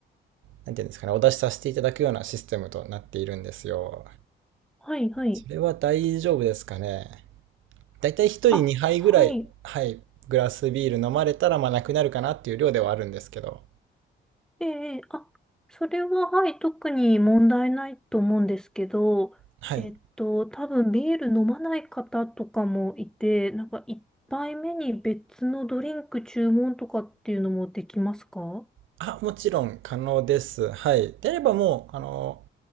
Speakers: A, on the right; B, in the centre.
A: なんていうんですかね、お出しさせていただくようなシステムとなっているんですよ。
B: はい、はい。
A: それは大丈夫ですかね。だいたい1人2杯ぐらい、
B: あ、はい。
A: はい、グラスビール飲まれたら、まあなくなるかなっていう量ではあるんですけど。
B: ええ、あ、それは、はい、特に問題ないと思うんですけど、
A: はい。
B: えっと、多分ビール飲まない方とかもいて、なんか一杯目に別のドリンク注文とかっていうのもできますかは
A: あ、もちろん可能です。はい。であればもう、あの、